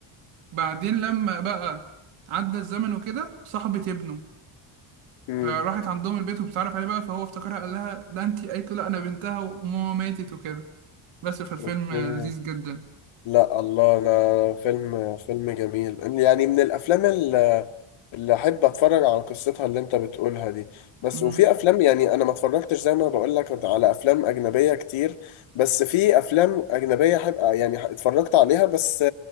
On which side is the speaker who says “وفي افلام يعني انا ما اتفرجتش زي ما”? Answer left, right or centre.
Left